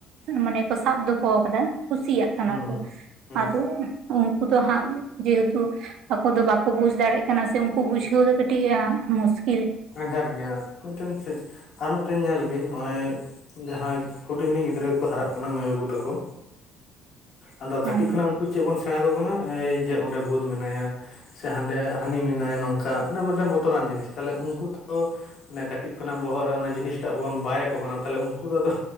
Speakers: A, on the right; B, on the left.
A: ᱢᱟᱱᱮ ᱠᱚ ᱥᱟᱵ ᱫᱚᱦᱚ ᱟᱠᱟᱫᱟ ᱠᱩᱥᱤᱭᱟᱜ
B: ᱦᱩᱸ
A: ᱠᱟᱱᱟ ᱠᱚ᱾
B: ᱦᱩᱸ ᱦᱩᱸ
A: ᱟᱫᱚ ᱩᱱᱠᱩ ᱛᱚ ᱦᱟᱸᱜ ᱡᱮᱦᱮᱛᱩ ᱟᱠᱚ ᱫᱚ ᱵᱟᱠᱚ ᱵᱩᱡ ᱫᱟᱲᱮᱭᱟᱜ ᱠᱟᱱᱟ ᱥᱮ ᱩᱱᱠᱩ ᱵᱩᱡᱷᱟᱹᱣ ᱫᱚ ᱠᱟᱹᱴᱤᱡ ᱢᱩᱥᱠᱤᱞ᱾
B: ᱟᱸᱡᱷᱟᱸᱴ ᱜᱮᱭᱟ ᱢᱤᱫᱴᱮᱱ ᱟᱨ ᱢᱤᱫᱴᱮᱱ ᱧᱮᱞ ᱵᱤᱱ ᱱᱚᱜᱼᱚᱭ ᱡᱟᱦᱟᱸᱭ ᱦᱩᱰᱤᱧ ᱦᱩᱰᱤᱧ ᱜᱤᱫᱽᱨᱟᱹ ᱠᱚᱠᱚ ᱦᱟᱨᱟᱜ ᱠᱟᱱᱟ ᱢᱟᱹᱭ ᱵᱟᱹᱵᱩ ᱛᱟᱠᱚ᱾ ᱟᱫᱚ
A: ᱦᱮᱸ
B: ᱠᱟᱹᱴᱤᱡ ᱠᱷᱚᱱᱟᱜ ᱩᱱᱠᱩ ᱪᱮᱫ ᱵᱚᱱ ᱥᱮᱬᱟ ᱠᱚ ᱠᱟᱱᱟ ᱡᱮ ᱚᱸᱰᱮ ᱵᱷᱩᱛ ᱢᱮᱱᱟᱭᱟ᱾ ᱥᱮ ᱦᱟᱸᱰᱮ ᱦᱟᱹᱱᱤ ᱢᱮᱱᱟᱭ ᱱᱚᱝᱠᱟ ᱢᱤᱫᱴᱮᱱ ᱵᱚᱛᱚᱨᱟᱱ ᱡᱤᱱᱤᱥ ᱛᱟᱦᱚᱞᱮ ᱩᱱᱠᱩ ᱛᱚ ᱚᱱᱮ ᱠᱟᱹᱴᱤᱡ ᱠᱷᱚᱱᱟᱜ ᱵᱚᱦᱚᱜ ᱨᱮ ᱚᱱᱟ ᱡᱤᱱᱤᱥᱴᱟᱜ ᱵᱚᱱ ᱵᱟᱭ ᱟᱠᱚ ᱠᱟᱱᱟ ᱛᱟᱦᱚᱞᱮ ᱩᱱᱠᱩ ᱫᱚ ᱟᱫᱚ